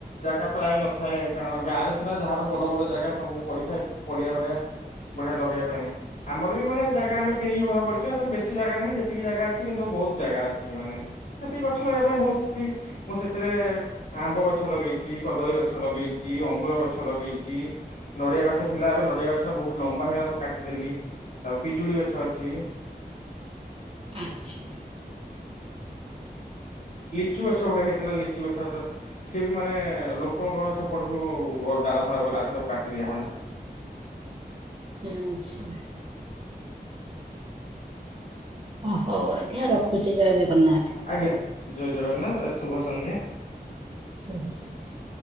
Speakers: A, on the left (about 55°); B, on the right (about 35°).
A: ଜାଗା ପ୍ରାୟ ନଥାଏ, କାରଣ ଗାଁ ରେ ସିନା ଯାହାର ବଡ ବଡ ଜାଗା ସବୁ ପଡିଥାଏ ପଡିଆ ଭଳିଆ ବଢ଼ିଆ ଲଗେଇବା ପାଇଁ। ଆମର ବି ମାନେ ଜାଗା ଆମେ କିଣିକି ଘର କରିଛୁ ୟାଙ୍କର ବେଶୀ ଜାଗା ନାହିଁ ଯେତିକି ଜାଗା ଅଛି କିନ୍ତୁ ବହୁତ ଜାଗା ଅଛି, ମାନେ ସେତିକି ଗଛ ଲଗବା ପାଇଁ ବହୁତ କିଛି ମୁଁ ସେଥିରେ ଆମ୍ବ ଗଛ ଲଗେଇଛି, କଦଳୀ ଗଛ ଲଗେଇଛି, ଅଙ୍ଗୁର ଗଛ ଲଗେଇଛି। ନଡିଆ ଗଛ ଥିଲା, ଏବେ ନଡିଆ ଗଛ ଟା ବହୁତ ଲମ୍ବା ହେଇଗଲା ତାକୁ କାଟିଦେଲି, ତାରେ ପିଜୁଳି ଗଛ ଅଛି।
B: ଆଚ୍ଛା।
A: ଲିଚୁ ଗଛ ଗୋଟେ ହେଇଥିଲା, ଲିଚୁ ଗଛ ତ ସିଏ ବି ମାନେ ଲୋକଙ୍କ ସେପଟକୁ ଡାଳ ଫାଳ ଗଲାକୁ ତାକୁ କାଟି ଦିଆ ହେଲା।
B: ହୁଁ ଆଚ୍ଛା। ଓ ହଉ ଆଜ୍ଞା ରଖୁଛି, ଜୟ ଜଗନ୍ନାଥ।
A: ଆଜ୍ଞା, ଜୟ ଜଗନ୍ନାଥ, ଶୁଭ ସନ୍ଧ୍ୟା।
B: ଶୁଭ ସନ୍ଧ୍ୟା।